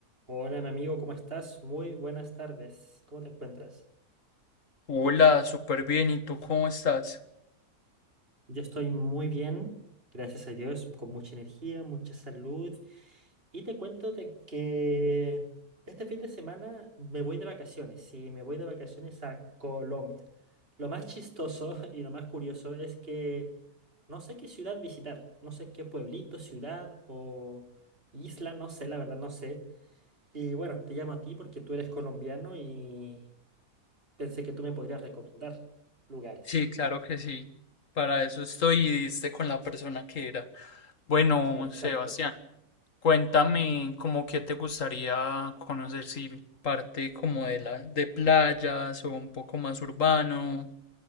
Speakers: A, on the right; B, on the left.
A: Hola, mi amigo, ¿cómo estás? Muy buenas tardes. ¿Cómo te encuentras?
B: Hola, súper bien. ¿Y tú cómo estás?
A: Yo estoy muy bien, gracias a Dios, con mucha energía, mucha salud. Y te cuento de que este fin de semana me voy de vacaciones, sí, me voy de vacaciones a Colombia. Lo más chistoso <laughs> y lo más curioso es que no sé qué ciudad visitar, no sé qué pueblito, ciudad o isla, no sé, la verdad no sé. Y bueno, te llamo a ti porque tú eres colombiano y Pensé que tú me podrías recomendar lugares.
B: Sí, claro que sí. Para eso estoy y diste con la persona que era. Bueno,
A: Perfecto.
B: Sebastián, cuéntame cómo que te gustaría conocer si parte como de la de playas o un poco más urbano